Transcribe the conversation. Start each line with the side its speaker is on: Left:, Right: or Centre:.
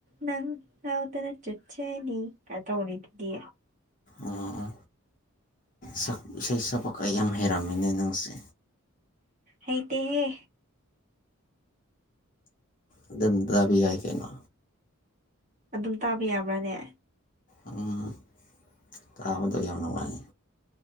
Right: ꯅꯪ ꯉꯥꯎꯗꯥꯅ ꯆꯠ ꯆꯥꯅꯤ ꯀꯥ ꯇꯧꯔꯤꯗꯨꯗꯤ
Left: ꯑꯥ ꯁꯛ ꯏꯁꯩ ꯁꯛꯄꯥꯀꯥ ꯌꯥꯝ ꯍꯩꯔꯝꯃꯦꯅꯦ ꯅꯪꯁꯦ
Right: ꯍꯩꯇꯦꯍꯦ
Left: ꯑꯗꯨꯝ ꯇꯥꯕ ꯌꯥꯏ ꯀꯩꯅꯣ
Right: ꯑꯗꯨꯝ ꯇꯥꯕꯥ ꯌꯥꯕ꯭ꯔꯥꯅꯦ
Left: ꯎꯝ ꯇꯥꯕꯥꯗꯥ ꯌꯥꯝ ꯅꯨꯡꯉꯥꯏꯌꯦ